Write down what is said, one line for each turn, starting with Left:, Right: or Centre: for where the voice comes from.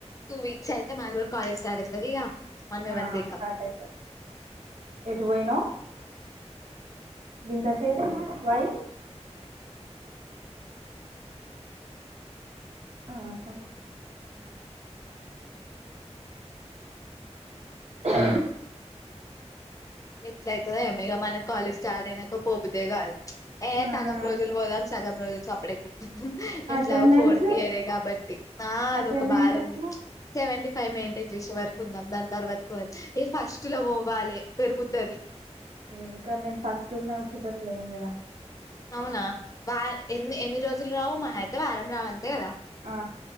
Left: టూ వీక్స్ అయితే మన కూడా కాలేజ్ స్టార్ట్ అవుతుది ఇక మనం ఎవర్ని
Right: ఆ
Left: దేకం
Right: స్టార్ట్ అయితది ఎటు పోయినావ్ గింత సేపు ఉన్నవ్ వై ఆహా
Left: ఆ
Right: హ
Left: ఎట్లైతదో ఏమై మనకి కాలేజ్ స్టార్ట్ అయినాక పోబుద్దె కాదు ఏ
Right: ఆ
Left: సగం రోజులు పోదా సగం రోజులు చొప్పుడే
Right: అటెండెన్స్
Left: ఎట్లాగో ఫోర్త్ ఇయరే కాబట్టి ఆ
Right: అటెండెన్స్
Left: అదొక బాధ
Right: ఎట్లా
Left: ఉంది సెవెంటీ ఫైవ్ మెయింటైన్ చేసే వరకు ఉందాం దాని తర్వాత ఎ ఫస్ట్లో పోవ్వాలే పెరుగుతది
Right: ఇంకా నేను ఫస్ట్నే వచ్చేటట్ లేను కదా
Left: అవునా వ ఎన్ని ఎన్ని రోజులు రావు మాహ అయితే వారం రావంతే కదా
Right: ఆ